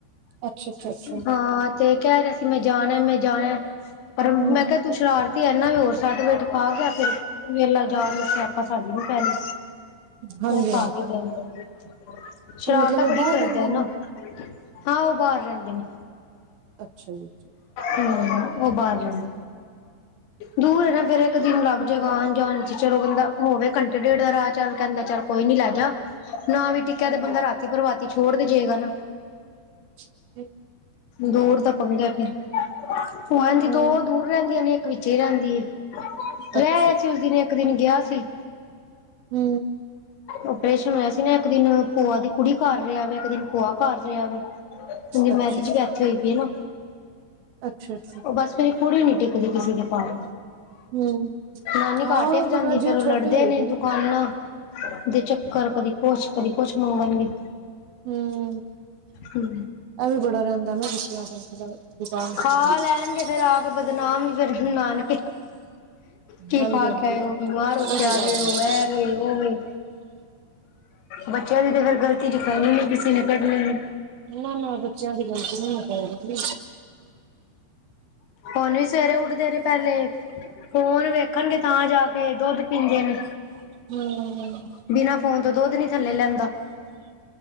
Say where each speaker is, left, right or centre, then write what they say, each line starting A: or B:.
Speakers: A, on the right (about 70°); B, on the left (about 65°).
A: ਅੱਛਾ ਅੱਛਾ ਅੱਛਾ
B: ਹਾਂ, ਤੇ ਕਹਿ ਰਿਹਾ ਸੀ ਮੈਂ ਜਾਣਾ ਮੈਂ ਜਾਣਾ ਪਰ ਮੈਂ
A: ਹਮ
B: ਕਿਹਾ ਤੂੰ ਸ਼ਰਾਰਤੀ ਇਨਾ ਵੀ ਹੋਰ ਸਾਡ-ਵੇਠ ਖਾ ਗਿਆ ਫਿਰ ਵੇਲਾ ਜਾਣ ਨੂੰ ਸਿਆਪਾਂ ਸਾਡੀ ਨੂੰ ਪੈਣੇ।
A: ਹਾਂਜੀ
B: ਮੈਂ ਘਰ
A: ਹਾਂਜੀ
B: ਹੀ ਬੈਠ, ਸ਼ਰਾਰਤਾ
A: ਕਿ ਮਤਲਬ ਉਹ
B: ਬੜੀ
A: ਬਾਹਰ
B: ਕਰਦਾ
A: ਰਹਿੰਦੇ ਨੇ
B: ਨਾ। ਹਾਂ, ਉਹ ਬਾਰ ਰਹਿਨਦੇ ਨੇ।
A: ਅੱਛਾ ਜੀ।
B: ਹੂੰ, ਉਹ ਬਾਹਰ ਰਹਿਦੇ, ਦੂਰ ਹੈਨਾ ਫੇਿਰ ਇੱਕ ਦਿਨ ਲਗ ਜਾਏਗਾ, ਆਣ-ਜਾਣ ਚ ਚਲੋੰ ਹੋਵੇ ਘੰਟੇ-ਡੇਢ ਦਾ ਰਾਹ ਚੱਲ ਕਹਿੰਦਾ ਚੱਲ ਕੋਈ ਨੀ ਲੈਜਾ, ਨਾ ਵੀ ਟਿੱਕਿਆ
A: ਹਾਂਜੀ
B: ਤੇ ਬੰਦਾ
A: ਹਾਂਜੀ
B: ਰਾਤੀ-ਪਰਵਾਤੀ ਛੋੜ ਦੇਜੇਗਾ ਨਾ।
A: <unintelligible>
B: ਦੂਰ ਤਾਂ ਪੰਗਾ ਫਿਰ ਉਹ ਇਨਜ
A: ਹੂੰ
B: ਦੋ ਦੂਰ ਰਹਿੰਦੀਆਂ ਨੇ ਇੱਕ ਵਿੱਚੇ ਹੀ ਰਹਿੰਦੀ ਏ,
A: ਅੱਛਾ
B: ਰਹਿ ਆਇਆ ਸੀ ਉਸ ਦਿਨ ਇੱਕ ਦਿਨ ਗਿਆ ਸੀ।
A: ਹੂੰ।
B: ਆਪਰੇਸ਼ਨ ਹੋਇਆ ਸੀ ਨਾ, ਇੱਕ ਦਿਨ ਭੂਆ ਦੀ ਕੁੜੀ ਕਰ ਰਿਹਾ ਵੇ, ਇੱਕ ਦਿਨ ਭੂਆ ਘਰ ਰਿਹਾ ਵੇ। ਉਹਦੀ ਮੈਰਿਜ
A: ਅੱਛਾ
B: ਵੀ ਇੱਥੇ ਹੋਈ ਪਈ ਨਾ।
A: ਅੱਛਾ-ਅੱਛਾ।
B: ਉਹ ਬਸ ਮੇਰੀ ਕੁੜੀ ਹੀ ਨੀ ਟਿਕਦੀ ਕਿਸੇ ਦੇ ਘਰ।
A: ਹੂੰ
B: ਨਾਨੀ ਘਰ
A: ਹਾਂ
B: ਟਿਕ
A: ਫਿਰ
B: ਜਾਦੀ
A: ਹਜੇ
B: ਫੇਰ ਉਹ
A: ਛੋਟੀ
B: ਲੜਦੇ
A: ਹੋਏਗੀ
B: ਨੇ।
A: ਨਾ
B: ਫੋਨ ਦਗ ਚੱਕਰ ਕਦੀ ਕੁੱਛ, ਕਦੀ ਕੁੱਛ ਮੰਗਣਗੇ।
A: ਹੂੰ।
B: ਹੂੰ।
A: ਇਹ ਵੀ ਬੜਾ ਰਹਿੰਦਾ ਨਾ ਬੱਚਿਆਂ ਕੋਲ ਦੁਕਾਨ-ਦਕੁਨ
B: ਖਾ
A: ਦਾ
B: ਲੈਣਗੇ ਫੇਰ ਆ ਕੇ ਬਦਨਾਮ ਵੀ ਫਿਰ ਨਾਨਕੇ, ਕੀ
A: ਹਾਂਜੀ
B: ਖਾ
A: ਹਾਂਜੀ
B: ਕੇ ਆਏ
A: ਉਹ
B: ਹੋ, ਬਿਮਾਰ ਹੋ ਕੇ
A: ਤਾਂ
B: ਆ
A: ਗੱਲ
B: ਗਏ
A: ਹੈ
B: ਹੋ। ਮੈ ਵੀ, ਉਹ ਵੀ। ਬੱਚਿਆਂ ਦੀ ਤਾਂ ਫਿਰ ਗਲਤੀ ਦਿਖਾਈਣੀ ਕਿਸੇ ਨੇ ਕੱਢਣੀ ਨੀ।
A: ਨਾ-ਨਾ, ਬੱਚਿਆਂ ਦੀ ਗਲਤੀ ਨਹੀਂ ਮੰਨਣਗੇ।
B: ਹੁਨ ਵੀ ਸਵੇਰੇ ਉੱਠਦੇ ਨੇ ਪਹਿਲੇ ਫੋਨ ਵੇਖਣਗੇ ਤਾਂ ਜਾ ਕੇ ਦੁੱਧ ਪੀਂਦੇ ਨੇ।
A: ਹੂੰ-ਹੂੰ।
B: ਬਿਨਾਂ ਫੋਨ ਤੋਂ ਦੁੱਧ ਨੀ ਥੱਲੇ ਲੈਂਦਾ।